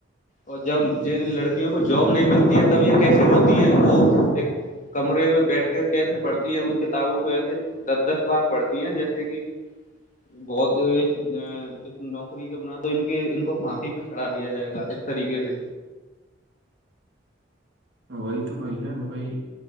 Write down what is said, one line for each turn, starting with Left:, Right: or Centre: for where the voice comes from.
Left: اور جب جن لڑکیوں کو جاب نہیں ملتی ہے تو تب یہ کیسے روتی ہے وہ ایک کمرے میں بیٹھ کر کیسے پڑھتی ہے ان کتابوں کو ایسے دس دس بار پڑھتی تی ہے جیسے کہ بہت اس نوکری کے بنا تو ان کے ان کو پھانسی پہ چڑا دیا جائے گا اس طریقے سے
Right: وہی تو بھائی ہے وہائی